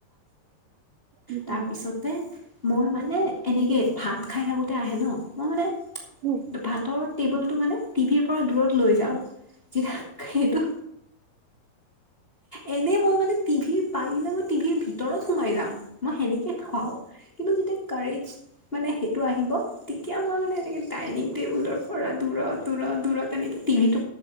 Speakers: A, on the right; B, on the left.
A: উম
B: তাৰপিছ মই ম <inaudible> সেই এনেকে ভাত খাই থাকোতে আহে ন, মই মানে
A: উম উম
B: ভাতৰ টেবুল টো মানে টিভিৰ পৰা দূৰত লৈ যাও। সেইটো এই এনেই মই মানে টিভিৰ পাৰিলে মই টিভিৰ ভিতৰত সোমাই যাম। মই সেনেকে খুৱাও। কিন্তু যেতিয়া কাৰেজ মানে সেইটো আহিব, তেতিয়া মই মানে এনেকে ডাইনিং টেবুলৰ পৰা দূৰত-দূৰত-দূৰত তেনেকে টিভিটো